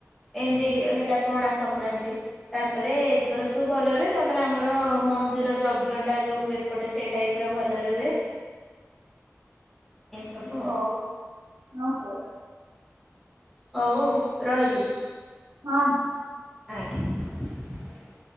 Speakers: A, in the centre; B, on the right (about 75°).
A: ଏମିତି ହେଲା ପଣା ସଂକ୍ରାନ୍ତି ତାପରେ ଏଗର ସବୁ ଭଲ ରୁହେ ତାପରେ ଆମର ମନ୍ଦିର ଯଜ୍ଞ ଟା ଯୋଉ ହୁଏ ଏପଟେ ସେଇ ଟାଇପ ଭଲରେ ହୁଏ। ଏସବୁ ଆଉ
B: ହଉ ଓ ହୋ।
A: ହ ହଉ ରହିଲି।
B: ହଁ ହଁ।
A: ଆଜ୍ଞା।